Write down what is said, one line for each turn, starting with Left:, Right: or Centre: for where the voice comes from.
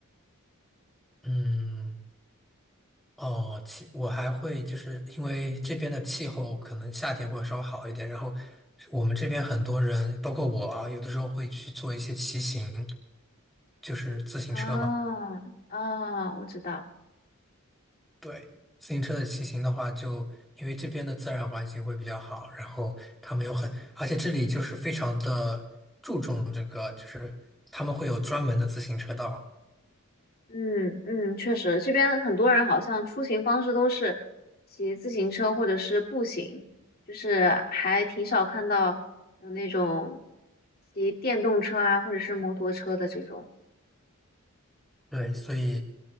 Centre: 嗯，哦，气我还会就是因为这边的气候可能夏天会稍微好一点，然后我们这边很多人，包括我啊，有的时候会去做一些骑行，就是自行车嘛。
Left: 啊啊，我知道，
Centre: 对，自行车的骑行的话就，因为这边的自然环境会比较好，然后他们有很，而且这里就是非常的注重这个，就是他们会有专门的自行车道。
Left: 嗯嗯，确实，这边很多人好像出行方式都是骑自行车或者是步行，就是还挺少看到有那种骑电动车啊或者是摩托车的这种。
Centre: 对，所以